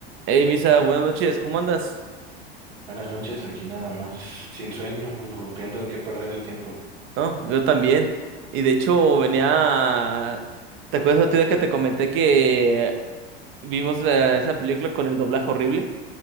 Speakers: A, on the right; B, on the right.
A: Hey, Misa, buenas noches, ¿cómo andas?
B: Buenas noches, aquí nada más, sin sueño, rompiendo en qué perder el tiempo.
A: No, yo también. Y de hecho, venía. ¿Te acuerdas otro día que te comenté que vimos la- esa película con el doblaje horrible?